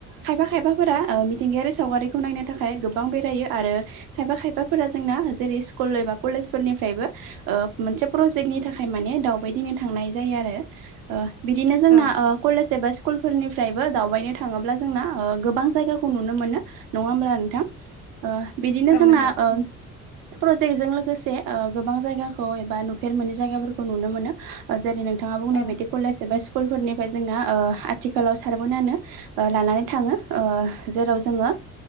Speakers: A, on the right; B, on the left.
A: खायफा खायफाफोरा ओ मिथिंगायारि सावगारि खौ नायनो थाखाय गोबां बेरायो आरो खायफा खायफाफोरा जोंना जेरै स्कुल एबा कलेजफोरनिफ्रायबो ओ मोनसे प्रजेकनि थाखाय माने दावबायदिंनो थांनाय जायो आरो ओ बिदिनो जोंना
B: औ
A: ओ कलेज एबा कुलफोरनिफ्रायबो दावबायनो थाङोब्ला जोंना ओ गोबां जायगाखौ नुनो मोनो नङा होमब्ला थां ओ बिदिनो
B: औ
A: जोंना
B: नंगौ
A: ओ प्रजेक्टजों लोगोसे ओ गोबां जायगा खौ एबा नुफेर मोनै जायगाफोरखौ नुनो मोनो ओ जेरै नोंथाङा बुंनाय
B: औ
A: बायदि कलेज एबा सु कुलफोरनिफ्राय जोंना ओ आथिखालाव सारबोनानो ओ लानानै थाङोओ ओ जेराव जोङो ओ